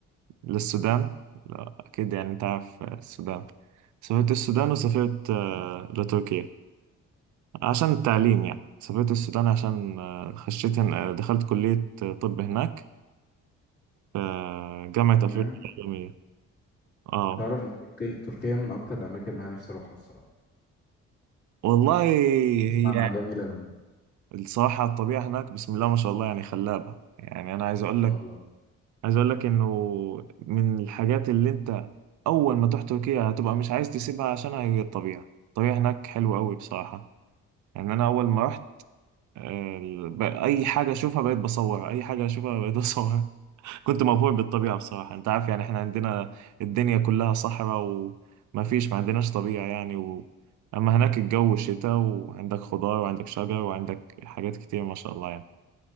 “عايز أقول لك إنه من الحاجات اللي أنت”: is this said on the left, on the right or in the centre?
Right